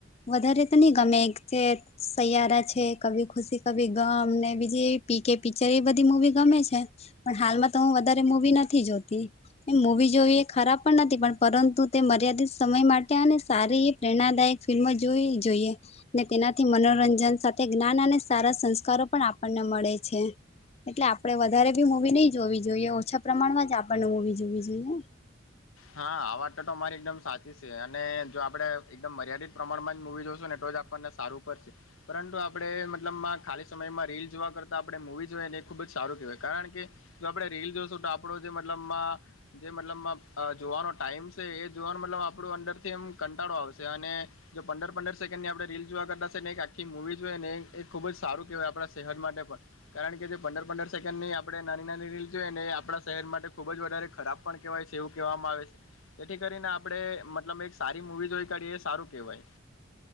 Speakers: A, on the left (about 30°); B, on the left (about 80°).
A: વધારે તો નહી ગમે <inaudible> સયારા છે કભી ખુશી કભી ગમ ને બીજી પી કે પિક્ચર એ બધી મૂવી ગમે છે પણ હાલમાં તો હું વધારે મવી નથી જોતી એ મૂવી જોવી એ ખરાબ પણ નથી પણ પરંતુ તે મર્યાદિત સમય માટે અને સારી પ્રેરણાદાયક ફિલ્મો જોઈવી જ જોઈએ ને તેનાથી મનોરંજન સાથે જ્ઞાન અને સારા સંસ્કારો પણ આપણને મળે છે એટલે આપણે વધારે બી મુવી નહી જોવી જોઈએ ઓછા પ્રમાણમાં જ આપણને મૂવી <unintelligible> જોવી જોઈએ
B: હા આ વાત તો તો મારી એકદમ સાચી છે અને જો આપણે એકદમ મર્યાદિત પ્રમાણમાં જ મૂવી જોશું ને તો જ આપણને સારું પડશે પરંતુ આપણે મતલબમાં ખાલી સમયમાં રીલ જોવા કરતાં આપણે મૂવી જોઈએ ને એ ખૂબ જ સારું કહેવાય કારણ કે જો આપડે રીલ જોશું તો આપડો જે મતલબમાં જે મતલબમાં જોવાનો ટાઈમ છે એ જોવાનો મતલબ આપણું અંદરથી એમ કંટાળો આવશે અને જો પંદર પંદર સેકન્ડ ની આપણે રીલ જોવા કરતાશે ને એક આખી મૂવી જોય ને એક ખૂબ જ સારું કેહેવાય આપણા શહેર માટે પણ કારણ કે જે પંદર પંદર સેકન્ડ ની આપડણે નાની નાની રીલ જોઈએ ને એ આપણા શેહદ માટે ખુબ જ વધારે ખરાબ પણ કહેવાય છે. એવું કહેવામાં આવે છે તેથી કરીને આપણે મતલબ એક સારી મુવી જોઈ કાઢીએ એ સારું કેહેવાય